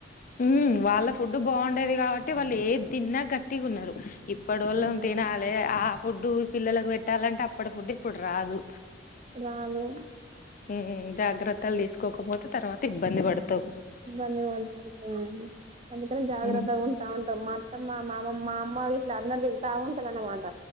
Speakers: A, on the left; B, on the right.
A: ఉ వాళ్ళ ఫుడ్డు బాగుండేది కాబట్టి అంటే వాళ్ళు ఏ తదిన్నా గట్టిగా ఉన్నారు ఇప్పుడు వళ్ళ
B: హ్మ్
A: తినాలి ఆ ఫుడ్ పిల్లలకు పెట్టాలంటే అప్పటి ఫుడ్ ఇప్పుడు రాదు
B: రాదు
A: మ్ జాగ్రత్తలు తీసుకోకపోతే తర్వాత ఇబ్బంది పడతావు
B: ఇబ్బంది పెడతాం మ్ అందుకనీ జాగ్రత్త
A: హ్మ్.
B: ఉంటా ఉంటా మ <unintelligible> ఇట్లా అందరు తిడతా ఉంటారు అనమాట